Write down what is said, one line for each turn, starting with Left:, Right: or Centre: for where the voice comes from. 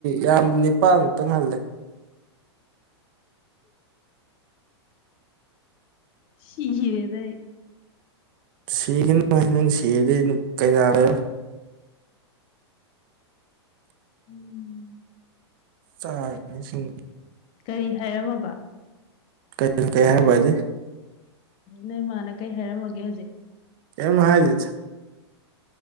Right: ꯌꯥꯝ ꯅꯤꯄꯥꯟꯃꯨꯛꯇꯪ ꯍꯜꯂꯦ
Left: ꯁꯤꯒꯔꯦꯗ
Right: ꯁꯤꯈꯤꯅ ꯅꯪ ꯁꯤꯔꯗꯤ ꯀꯩꯌꯥ ꯂꯩꯔ
Left: ꯎꯝ
Right: ꯆꯥꯁꯤꯡ
Left: ꯀꯔꯤ ꯍꯥꯏꯔꯝꯃꯕ
Right: ꯀꯩ ꯀꯩ ꯍꯥꯏꯔꯕꯗꯤꯦ
Left: ꯅ ꯃꯥꯅ ꯀꯩ ꯍꯥꯏꯦꯔꯝ ꯑꯣꯏꯒꯦ ꯍꯧꯖꯤꯦ
Right: ꯑꯦꯦꯝ ꯍꯥꯏꯗꯤꯦ